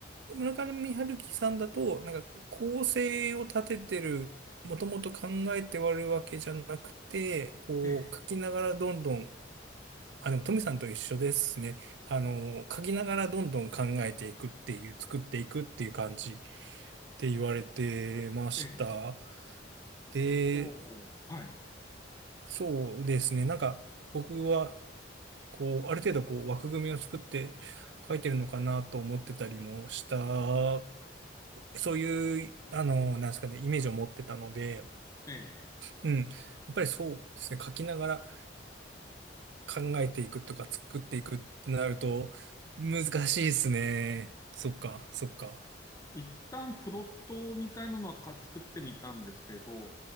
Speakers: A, on the right; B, on the left.
A: 村上春樹さんだと、なんか構成を立ててる、もともと考えて割るわけじゃなくて、こう書きながらどんどん
B: ええ、
A: あ、でも、トミさんと一緒ですね。あの、書きながらどんどん考えていくっていう、作っていくっていう感じって言われてました。
B: ええ、
A: で、
B: おーはい、
A: そうですね。なんか、僕は、こう、ある程度、こう、枠組みを作って書いてるのかなと思ってたりもした、そういう、あの、なんですかね、イメージを持ってたので、
B: ええ。
A: うん。やっぱりそうですね、書きながら、考えていくとか作っていくってなると難しいですね。そっか、そっか。
B: 一旦プロットみたいなのはか作ってみたんですけど、